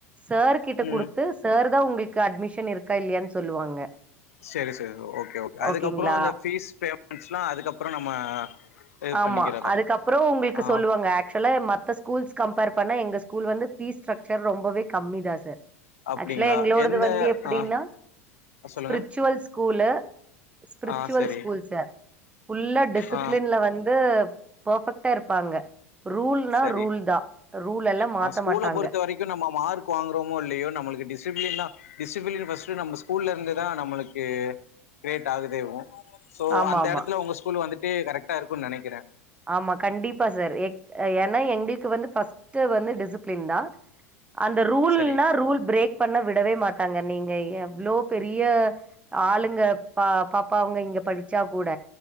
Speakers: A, on the right; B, on the left.
A: சார் கிட்ட
B: ம்
A: குடுத்து சார்தா உங்களுக்கு அட்மிஷன் இருக்கா இல்லயானு சொல்லுவாங்க
B: சேரி சேரி ஓகே ஓகே அதுக்கப்றோ
A: ஓகேங்களா
B: இந்த ஃபீஸ் பேமெண்ட்ஸ்லா அதுக்கப்றோ நம்ம இது
A: ஆமா
B: பண்ணிக்கிறதா
A: அதுக்கப்றோ உங்களுக்கு
B: ஆ
A: சொல்லுவாங்க ஆக்சுவலா மத்த ஸ் ஸ்கூல்ஸ் கம்பேர் பண்ணா எங்க ஸ்கூல் வந்து ஃபீஸ் ஸ்ட்ரக்சர் ரொம்பவே கம்மி தா சார்
B: அப்டிங்களா
A: ஆக்சுவலா எங்களோடது
B: எந்த
A: வந்து எப்டினா
B: ஆ சொல்லுங்க
A: ஸ்பிரிட்சுவல் ஸ்கூலு ஸ்பிரிச்சுவல்
B: ஆ சரி
A: ஸ்கூல் சார் ஃபுல்லா டிஸிப்ளின்ல
B: ஆ
A: வந்து பர்ஃபெக்ட்டா இருப்பாங்க ரூல்னா
B: சரி
A: ரூல்தா ரூல் எல்லா மாத்த
B: ஆ ஸ்கூல
A: மாட்டாங்க
B: பொறுத்த வரைக்கு நம்ம மார்க் வாங்குறாமோ இல்லையோ நம்மளுக்கு டிசிப்ளின் தா டிசிப்ளின் ஃபர்ஸ்ட் நம்ப ஸ்கூல்ல இருந்து தா நம்மளுக்கு கிரியேட் ஆகுதேவு சோ
A: ஆமா
B: அந்த
A: ஆமா
B: இடத்துல உங்க ஸ்கூல் வந்துட்டு கரெக்டா இருக்குனு நெனைக்குறே
A: ஆமா கண்டிப்பா சார் ஏ ஏனா எங்களுக்கு வந்து ஃபர்ஸ்ட் வந்து டிசிப்ளின் தா அந்த ரூல்னா
B: சரி
A: ரூல் பிரேக் பண்ண விடவே மாட்டாங்க நீங்க எவ்ளோ பெரிய ஆளுங்க பா பாப்பா அவுங்க இங்க படிச்சா கூட